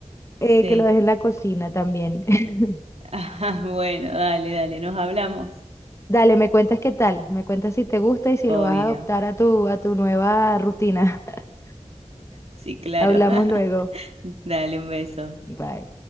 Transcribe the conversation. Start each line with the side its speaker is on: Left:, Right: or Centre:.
Left: eh,
Right: Sí.
Left: que lo dejé en la
Right: <laughs>
Left: cocina también. <laughs>
Right: Ah, bueno, dale, dale, nos hablamos.
Left: Dale, me cuentas qué tal, me cuentas si te gusta y si
Right: Obvio.
Left: lo vas a adoptar a tu, a tu nueva rutina. <laughs>
Right: Sí, claro.
Left: Hablamos
Right: <laughs>
Left: luego.
Right: Dale un beso.
Left: Bye.